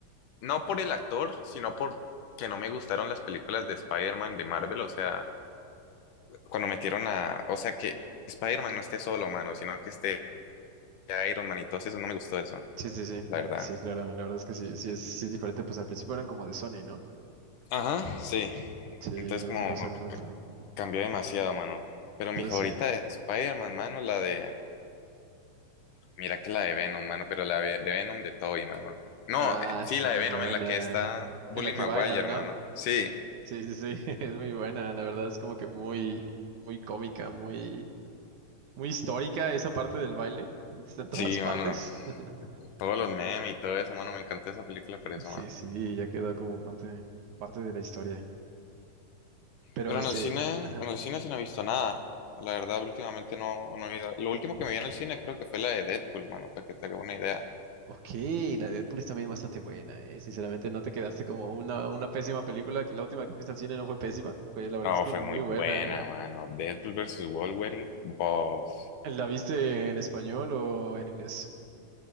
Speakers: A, on the left (about 70°); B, on the right (about 65°).
A: no por el actor, sino por que no me gustaron las películas de Spider-Man de Marvel. O sea, cuando metieron a, o sea, que Spider-Man no esté solo, mano, sino que esté Iron Man y todo eso, no me gustó eso,
B: Sí, sí, sí.
A: la verdad.
B: Sí, claro, la verdad es que sí, sí es, sí es diferente, pues al principio eran como de Sony, ¿no?
A: Ajá, sí.
B: Sí,
A: Entonces
B: luego
A: como
B: se pasaron
A: c-
B: a otro.
A: c- cambió demasiado, mano. Pero
B: Pero
A: mi favorita
B: sí.
A: de Spider-Man, mano, la de Mira que la de Venom, mano, pero la ve- de Venom de Toby, mano. No,
B: Ah,
A: eh, sí,
B: esa
A: la
B: es
A: de
B: muy
A: Venom
B: buena.
A: en la que está Bully
B: En la que
A: Maguire,
B: baila,
A: hermano.
B: ¿no?
A: Sí,
B: Sí, sí, sí, <laughs> es muy buena, la verdad es como que muy, muy cómica, muy, muy histórica esa parte del baile. Está en todas
A: sí,
B: partes.
A: mano.
B: <laughs>
A: Todos los memes y todo eso, mano. Me encantó esa película por eso,
B: Sí,
A: mano.
B: sí, ya quedó como parte, parte de la historia. Pero
A: Pero
B: este,
A: en el cine,
B: ajá.
A: en el cine sí no he visto nada. La verdad, últimamente no, no he ido. Lo último que me vi en el cine creo que fue la de Deadpool, mano, para que te haga una idea.
B: Ok, la de Deadpool es también bastante buena, eh. Sinceramente, no te quedaste como una, una pésima película. La última que fuiste al cine no fue pésima. Fue, la verdad
A: No,
B: es que
A: fue
B: muy
A: muy
B: buena,
A: buena,
B: eh.
A: mano. Deadpool versus Wolverine, bof.
B: ¿La viste en español o en inglés?